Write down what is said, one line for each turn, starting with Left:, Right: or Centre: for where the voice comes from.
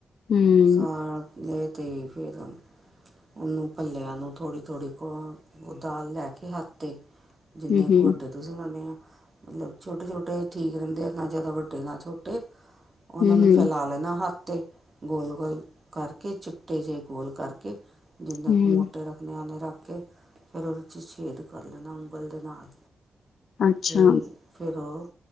Left: ਹੁੰ
Right: ਸਾੜ ਲੇ ਤੇ ਫੇਰ। ਉਨੂੰ ਭੱਲਿਆਂ ਨੂੰ ਥੋੜੀ, ਥੋੜੀ ਪੋ ਦਾਲ ਲੈ ਕੇ ਹੱਥ ਤੇ ਜਿੰਨੇ
Left: ਹੂੰ
Right: ਕੁ ਵੱਡੇ ਤੁਸੀਂ ਬਣਾਨੇ ਆਂ ਮਲਬ ਛੋਟੇ, ਛੋਟੇ ਠੀਕ ਰੈਨੇ ਆ ਨਾ ਜ਼ਿਆਦਾ ਵੱਡੇ ਨਾ ਛੋਟੇ ਓਨਾਂ
Left: ਹੂੰ
Right: ਨੂੰ
Left: ਹੂੰ
Right: ਫੈਲਾ ਲੈਣਾ ਹੱਥ ਤੇ। ਗੋਲ, ਗੋਲ ਕਰਕੇ ਚਿੱਪਟੇ ਜਏ ਗੋਲ ਕਰਕੇ ਜਿੰਨਾਂ
Left: ਹੂੰ
Right: ਕੁ ਮੋਟੇ ਰੱਖ ਮਿਆਨੇ ਰੱਖ ਕੇ। ਫੇਰ ਓਦੇ 'ਚ ਛੇਦ ਕਰ ਲੈਣਾ ਉਂਗਲ ਦੇ ਨਾਲ।
Left: ਅੱਛਾ
Right: ਤੇ ਫਿਰ ਓਹ